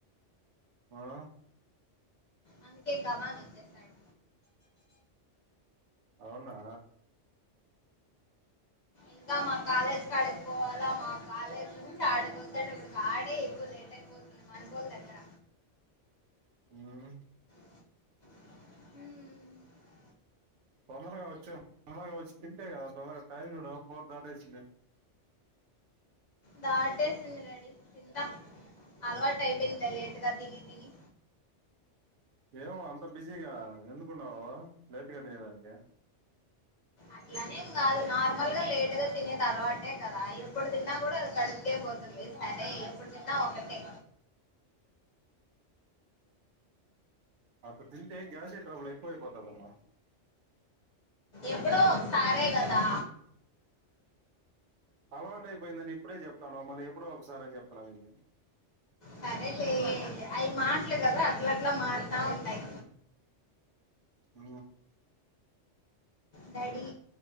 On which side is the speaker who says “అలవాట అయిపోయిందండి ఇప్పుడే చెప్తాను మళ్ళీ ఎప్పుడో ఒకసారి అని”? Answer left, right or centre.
Right